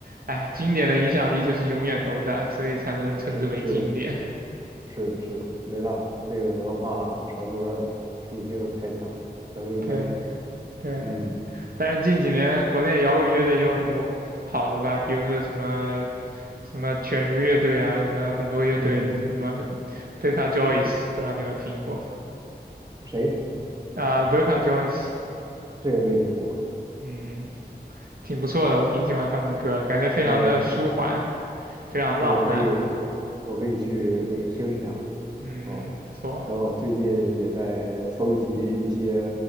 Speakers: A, on the right; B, on the right.
A: 哎，经典的影响力就是永远都在，所以才能称之为经典。
B: 是是的。是的，是的，没办法，这个文化传播属性太强了，能力太强了。
A: 对对，
B: 嗯
A: 但是近几年国内摇滚乐队也有很多好的吧，比如说什么什么犬儒乐队啊，什么很多乐队，
B: 嗯，
A: 什么德卡 Joyce，不知道你有没有听过
B: 谁？
A: 啊？德卡 Joyce，
B: 这个没听过。
A: 嗯，挺不错的，我挺喜欢他们歌的，感觉非常的舒缓，
B: 可以啊，
A: 非常浪漫，
B: 那我可以，我可以去那个听一下
A: 嗯，
B: 啊。
A: 不错，
B: 然后最近也在搜集一些